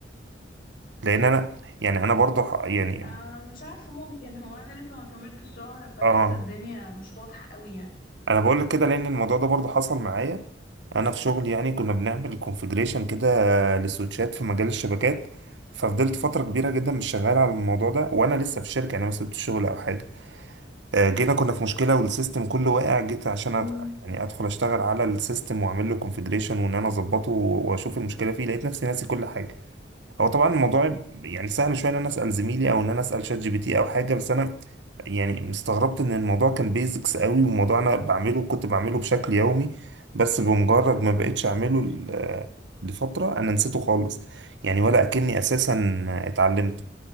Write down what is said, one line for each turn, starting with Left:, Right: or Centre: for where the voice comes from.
Right: لان انا يعني انا برضو ح- يعني
Left: آه مش عارفه ممكن هو انا لسه ما كملتش الشهر فلسه
Right: اه
Left: الدنيا مش واضحه قوي يعني
Right: انا بقول لك كده لان الموضوع ده برضه حصل معايا انا في شغل يعني كنا بنعمل كونفجريشن كده للسويتشات في مجال الشبكات ففضلت فتره كبيره جدا مش شغال على الموضوع ده وانا لسه في الشركه يعني ما سبتش الشغل او حاجه آه، جينا كنا في مشكله والسيستم كله واقع جيت عشان
Left: امم
Right: أت- يعني ادخل اشتغل على السيستم واعمل له كونفجريشن وان انا اظبطه و- واشوف المشكله فيه لقيت نفسي ناسي كل حاجه هو طبعا الموضوع يعني سهل شويه ان انا اسال زميلي او ان انا اسال شات جي بي تي او حاجه بس انا يعني استغربت ان الموضوع كان بيزكس قوي وموضوع انا بعمله كنت بعمله بشكل يومي بس بمجرد ما بقتش اعمله ل- لفترة انا نسيته خالص يعني ولا اكني اساسا اتعلمته